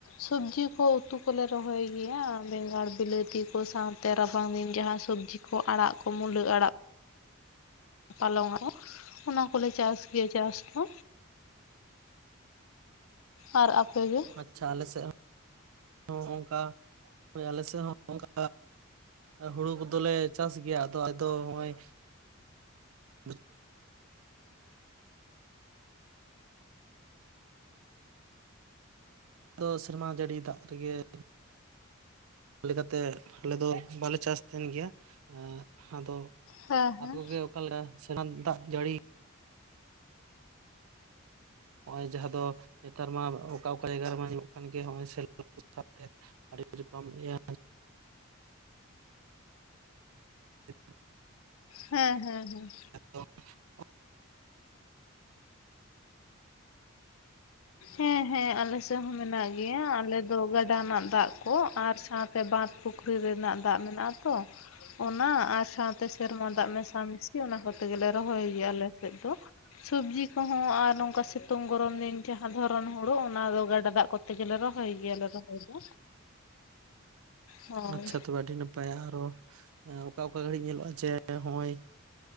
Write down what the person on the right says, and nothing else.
ᱟᱪᱪᱷᱟ ᱟᱞᱮ ᱥᱮᱜ ᱦᱚᱸ, <inaudible> ᱚᱱᱠᱟ ᱦᱳᱭ ᱟᱞᱮ ᱥᱮᱫ ᱦᱚᱸ <inaudible> ᱦᱩᱲᱩ ᱠᱚᱫᱚ ᱞᱮ ᱪᱟᱥ ᱜᱮᱭᱟ ᱟᱫᱚ <inaudible> ᱫᱚ ᱦᱚᱸᱜ-ᱚᱭ <inaudible> <inaudible> ᱫᱚ ᱥᱮᱨᱢᱟ ᱡᱟᱹᱲᱤ ᱫᱟᱜ ᱨᱮᱜᱮ <inaudible> ᱞᱮᱠᱟᱛᱮ ᱟᱞᱮ ᱫᱚ ᱵᱟᱞᱮ ᱪᱟᱥ ᱛᱟᱦᱮᱱ ᱜᱮᱭᱟ, ᱮ ᱟᱫᱚ
ᱟᱯᱮ ᱠᱚᱜᱮ ᱚᱠᱟ ᱞᱮᱠᱟ <inaudible> ᱫᱟᱜ ᱡᱟᱹᱲᱤ <inaudible> ᱦᱚᱸᱜᱼᱚᱭ ᱡᱟᱦᱟᱸ ᱫᱚ ᱱᱮᱛᱟᱨ ᱢᱟ ᱚᱠᱟ ᱚᱠᱟ ᱡᱟᱭᱜᱟ ᱨᱮᱢᱟ ᱧᱟᱢᱚᱜ ᱠᱟᱱ ᱜᱮᱭᱟ ᱦᱚᱸᱜᱼᱚᱭ <inaudible> ᱟᱹᱰᱤ ᱨᱚᱠᱚᱢ ᱤᱭᱟᱹ <inaudible>
<inaudible>
ᱟᱪᱪᱷᱟ ᱛᱚᱵᱮ ᱟᱹᱰᱤ ᱱᱟᱯᱟᱭᱟ ᱟᱨᱚ, ᱮᱸ ᱚᱠᱟ ᱚᱠᱟ ᱜᱷᱟᱹᱲᱤᱡ ᱧᱮᱞᱚᱜᱼᱟ ᱡᱮ ᱦᱚᱸᱜᱼᱚᱭ